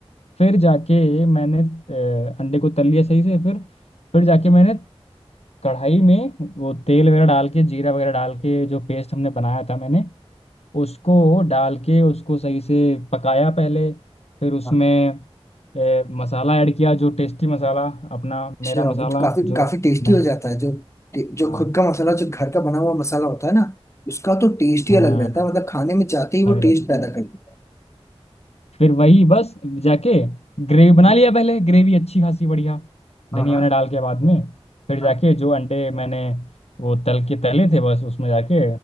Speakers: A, on the left (about 75°); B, on the left (about 25°).
A: फिर जाके मैंने ए, अंडे को तल लिया सही से फिर फिर जाके मैंने कढ़ाई में वो तेल वगैरह डाल के जीरा वगैरह डाल के जो पेस्ट हमने बनाया था मैंने उसको डाल के उसको सही से पकाया पहले फिर उसमें
B: हाँ।
A: ए, मसाला ऐड किया जो टेस्टी मसाला अपना
B: अच्छा
A: मेरा
B: वो
A: मसाला
B: तो काफी
A: जो
B: काफी टेस्टी
A: मैं
B: हो जाता है जो जो
A: हाँ
B: खुद का मसाला जो घर का बना हुआ मसाला होता है ना उसका तो टेस्ट ही
A: हाँ
B: अलग रहता है मतलब खाने में जाते ही वो
A: लग रहा
B: टेस्ट
A: था।
B: पैदा कर देता
A: फिर वही बस जाके ग्रेवी बना
B: है
A: लिया पहले ग्रेवी अच्छी खासी बढ़िया
B: हाँ
A: धनिया
B: हाँ
A: वनिया डाल के बाद में फिर
B: हाँ
A: जाके जो अंडे मैंने वो तल के तले थे बस उसमें जाके